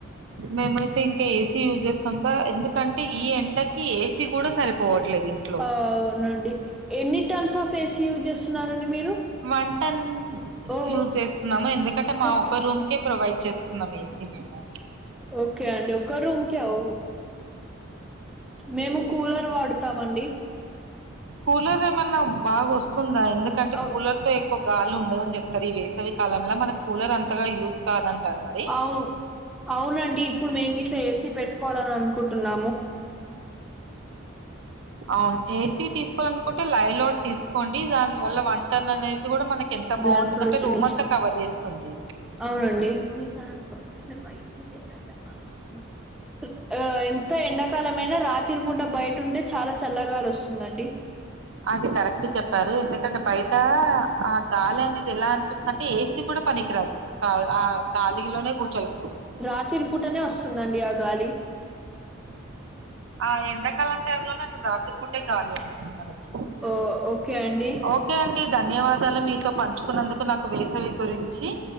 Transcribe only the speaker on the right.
మేమయితే ఇంక ఏ సీ యూజ్ చేస్తాం సార్ ఎందుకంటే ఈ ఎండకి ఏసీ కూడా సరిపోవట్లేదు ఇంట్లో
వన్ టన్
యూజ్ చేస్తున్నాము ఎందుకంటే మా
ఒక రూం కే ప్రొవైడ్ చేసుకున్నాం ఏ సీ మేము
కూలర్ ఏమన్నా బాగొస్తుందా ఎందుకంటే
కూలర్ తో ఎక్కువ గాలి ఉండదు అని చెప్తారు ఈ వేసవి కాలం మల్ల మనకు కూలర్ అంతగా యూస్ కాదంటారు మరి
అవును ఏసీ తీసుకోవాలనుకుంటే లైలాట్ తీసుకోండి దాని వల్ల వన్ టన్ అనేది కూడా మనకి ఎంత
బాగుంటుందంటే
రూమ్
అంతా కవర్ చేస్తుంది
అది కరెక్ట్ గ చెప్పారు ఎందుకంటే బయట ఆ గాలి అనేది ఎలా అనిపిస్తది అంటే ఏ సీ కూడా కూడా పనికిరాదు ఔ ఆ గాలిలోనే కూర్చోలనిపిస్
ఆ ఎండాకాలం టైమ్ లోనే
గాలి
వస్తుంది మనకి
ఓకే అండి ధన్యవాదాలు మీతో పంచుకున్నందుకు నాకు వేసవి గురించి